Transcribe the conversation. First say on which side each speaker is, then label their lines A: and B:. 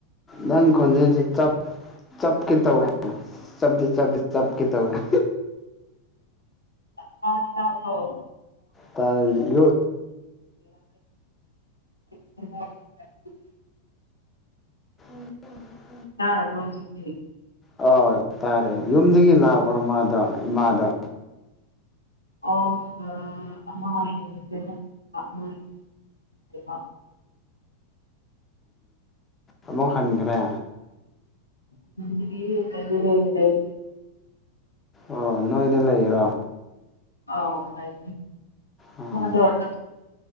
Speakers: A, on the left; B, on the left.
A: ꯅꯪ ꯈꯣꯟꯖꯦꯜꯁꯦ ꯆꯞ ꯆꯞ ꯁ ꯀꯇꯒ ꯆꯗꯤ ꯆ ꯁ ꯀꯇꯒ
B: ꯇꯗꯤ ꯇꯕ꯭ꯔꯣ
A: ꯇ ꯌ
B: <inaudible>
A: <inaudible>
B: ꯇꯔ ꯃ ꯍꯧꯁꯤꯦ
A: ꯍꯣꯏ ꯇꯔꯦ ꯌꯨꯝꯗꯒꯤ ꯂꯥꯛꯄ꯭ꯔꯣ ꯃꯥꯗꯣ ꯏꯃꯥꯗꯣ
B: ꯑꯣ ꯑꯃꯦ
A: ꯑꯕꯣ ꯍꯥꯏꯪꯒ꯭ꯔꯦ
B: ꯂꯩꯗ ꯍꯧ
A: ꯑꯣ ꯅꯣꯏꯗ ꯂꯩꯔꯣ
B: ꯑ
A: ꯑꯣ
B: ꯃꯥꯗ <unintelligible>